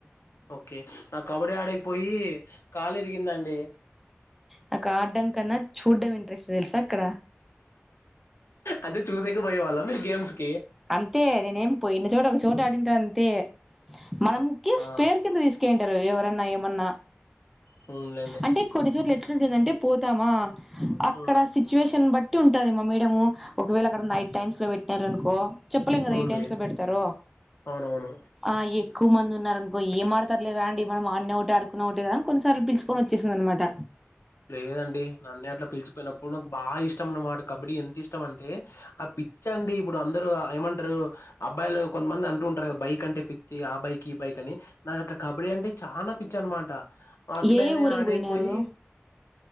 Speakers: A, on the left; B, in the centre.
A: ఓకే నాకు కబడ్డీ ఆడేకిపోయి కాలు ఇరిగిందండి
B: నాకు ఆడ్డం కన్నా చూడ్డం ఇంట్రెస్ట్ తెలుసా అక్కడ
A: అదే చూసేకి పోయే వాళ్ళ మీరు గేమ్స్ కి
B: అంతే నేనేమి పోయిన చోట ఒక చోట ఆడింటా అంతే మనం కి
A: ఆ
B: స్పేర్ కింద తీస్ కుంటరు ఎవరన్నా ఏమన్నా
A: హ్మ్ లెండి
B: అంటే కొన్ని చోట్ల ఎట్లాంటుందంటే పోతామా అక్కడ
A: హ్మ్
B: సిచ్యువేషన్ బట్టి ఉంటది మా మేడము ఒకవేళ అక్కడ నైట్ టైమ్స్ లో పెట్టారనుకో చెప్పలేము కదా
A: అవునులే
B: ఎ టైమ్స్ లో పెడతారో
A: అవునవును
B: ఆ ఎక్కువ మంది ఉన్నారనుకో ఏం ఆడతారులేరా అండి మనం ఆడనే ఒకటి ఆడుకున్న ఒకటే కదాని కొన్నిసార్లు పిలుచ కొని వచ్చేసిందన్న మాట
A: లేదండి నన్నే అట్లా పిలిచిపోయినప్పుడు నాకు బాగా ఇష్టం అన్నమాట కబడ్డీ ఎంత ఇష్ టం అంటే ఆ పిచ్చి అండి ఇప్పుడు అందరూ ఏమంటారు అబ్బాయిలు కొంతమంది అంటు ఉంటారు కదా బైక్ అంటే పిచ్చి ఆ బైక్ ఈ బైక్ అని నాకు అట్లా కబడ్డీ అంటే చానా పిచ్చి అన్మాట అట్లనే
B: ఏ ఏ ఊరికి
A: ఆడేపోయి
B: పోయినారు